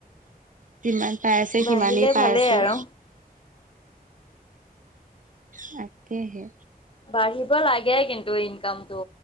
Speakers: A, on the right (about 55°); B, on the left (about 35°).
A: যিমান পাই আছে
B: বাঢ়িলে
A: সিমানেই পাই
B: ভালেই
A: আছোঁ।
B: আৰু,
A: তাকেহে।
B: বাঢ়িব লাগে কিন্তু ইনকামটো।